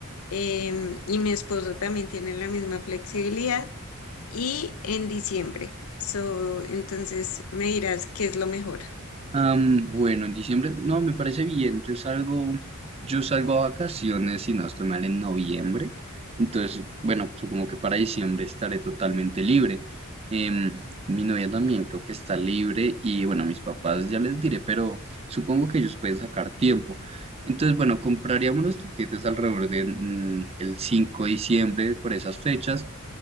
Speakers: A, on the left; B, on the right.
A: em, y mi esposo también tiene la misma flexibilidad y en diciembre. So, entonces me dirás qué es lo mejor.
B: Am, bueno, en diciembre, no, me parece bien. Yo salgo, yo salgo a vacaciones, si no estoy mal, en noviembre. Entonces, bueno, supongo que para diciembre estaré totalmente libre. Em, mi novia también creo que está libre y bueno, a mis papás ya les diré, pero supongo que ellos pueden sacar tiempo. Entonces, bueno, compraríamos los tiquetes alrededor de mm, el 5 de diciembre por esas fechas.